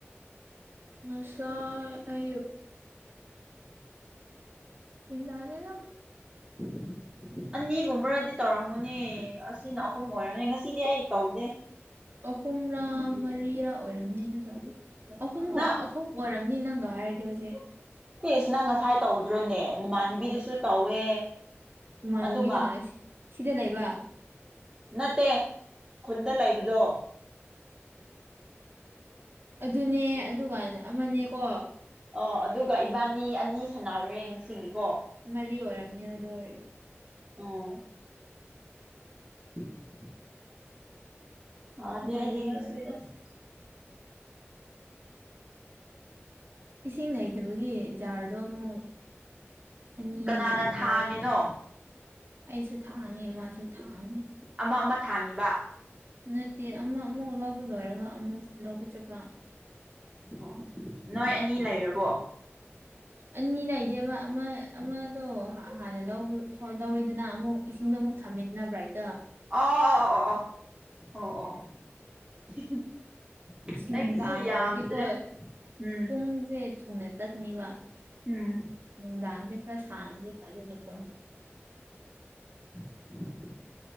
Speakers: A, on the right; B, on the right.
A: ꯉꯁꯥꯏ ꯑꯌꯨꯛ ꯒꯌ꯭ꯥꯟ ꯇꯥꯗꯦꯗꯥ
B: <inaudible> ꯑꯅꯤ ꯒꯨꯝꯕꯔꯗꯤ ꯇꯧꯔꯝ ꯃꯅꯦ ꯑꯁꯤꯅ ꯑꯍꯨꯝ ꯑꯣꯏꯔꯅꯤ ꯉꯁꯤꯗꯤ ꯑꯩ ꯇꯧꯗꯦ
A: ꯑꯍꯨꯝꯔꯥ ꯃꯔꯤꯔꯥ ꯑꯣꯏꯔꯝꯅꯤꯅ ꯇꯧꯕ ꯑꯍꯨꯝ
B: ꯅꯪ
A: ꯈꯠ ꯁꯝ ꯑꯣꯏꯔꯝꯅꯤ ꯅꯪꯒ ꯍꯥꯏꯔꯗꯤ ꯍꯨꯖꯤꯛ
B: ꯏꯁ ꯅꯪ ꯉꯁꯥꯏ ꯇꯧꯗ꯭ꯔꯣꯅꯦ ꯅꯃꯥꯟꯅꯕꯤꯗꯨꯁꯨ ꯇꯧꯋꯦ
A: ꯏꯃꯥꯟꯅꯕꯤꯒꯅ
B: ꯑꯗꯨꯒ
A: ꯁꯤꯗ ꯂꯩꯕ
B: ꯅꯠꯇꯦ ꯈꯨꯟꯗ ꯂꯩꯕꯗꯣ
A: ꯑꯗꯨꯅꯦ ꯑꯗꯨꯒ ꯑꯃꯅꯦꯀꯣ
B: ꯑꯣ ꯑꯗꯨꯒ ꯏꯕꯥꯅꯤ ꯑꯅꯤ ꯁꯥꯟꯅꯔꯦ ꯉꯁꯤꯒꯤ ꯀꯣ
A: ꯃꯔꯤ ꯑꯣꯏꯔꯝꯅꯦ ꯑꯗꯨ ꯑꯣꯏꯔ
B: ꯑꯥ <inaudible> ꯋꯗꯦ
A: ꯃꯔꯤ
B: ꯑꯩꯗꯤ ꯉꯁꯤ
A: ꯑꯣꯏꯔꯝꯅꯤ
B: ꯑꯁ
A: ꯏꯁꯤꯡ ꯅꯩꯇꯕꯒꯤ ꯖꯥꯔꯗꯣ ꯑꯃꯨꯛ ꯑꯅꯤ
B: ꯀꯅꯥꯅ
A: ꯑꯃꯨꯛ
B: ꯊꯥꯡꯉꯤꯅꯣ
A: ꯂꯧꯔꯦ ꯑꯩꯁꯨ ꯊꯥꯡꯉꯦ ꯃꯥꯁꯨ ꯊꯥꯡꯉꯦ
B: ꯑꯃꯥ ꯑꯃꯥ ꯊꯥꯡꯉꯤꯕ
A: ꯅꯠꯇꯦ ꯑꯃꯥ ꯑꯃꯨꯛ ꯂꯧꯕ ꯂꯣꯏꯔꯒ ꯑꯃꯨꯛ ꯂꯧꯕ ꯆꯠꯄ
B: ꯑ‌ꯣ ꯅꯣꯏ ꯑꯅꯤ ꯂꯩꯔꯕꯣ
A: ꯑꯟꯅꯤ ꯅꯩꯗ‌ꯦꯕ ꯑꯃꯥ ꯑꯃꯥ ꯗꯣ ꯍꯥꯟꯅ ꯂꯧꯕ ꯂꯧꯋꯦꯗꯅ ꯑꯃꯨꯛ ꯏꯁꯤꯡꯗꯣ ꯑꯃꯨꯛ ꯊꯥꯝꯃ‌ꯦꯗꯅ ꯕꯔꯥꯏꯠꯇ‌
B: <unintelligible>
A: ꯅꯨꯡꯗꯥꯥꯡ
B: ꯑꯩꯒꯤꯁꯨ ꯌꯥꯝꯗ꯭ꯔꯦ
A: ꯑ‌ꯣꯏꯔꯗꯤ ꯀꯣꯏ
B: ꯎꯝ
A: ꯄꯨꯡꯖ‌ꯦ ꯊꯨꯅ ꯆꯠꯀꯅꯤꯕ
B: ꯎꯝ
A: ꯅꯨꯡꯗꯥꯡꯖ‌ꯦ ꯈꯔ ꯁꯥꯡꯉꯗꯤ ꯐꯗꯣꯏꯅꯦ ꯀ‌ꯣ
B: <inaudible>